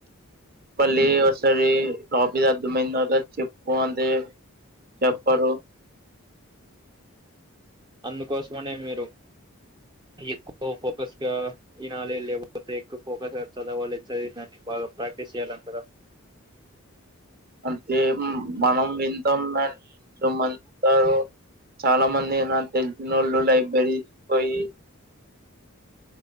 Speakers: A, on the right (about 45°); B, on the right (about 20°).
A: మళ్ళీ ఒకసారి టాపిక్ అర్థమయింది కర్ద చెప్పు అంతే చెప్పరు
B: అందుకోసమనే మీరు ఎక్కువ ఫోకస్ గా వినాలి లేకపోతే ఎక్కువ ఫోకస్ గా చదవాలి చదివందని బాగా ప్రాక్టీస్ చేయాలింటారా
A: అంతే మనం వింటాం మ చుమంటారు చాలా మంది నా తెసినోళ్ళు లైబ్రరీ పోయి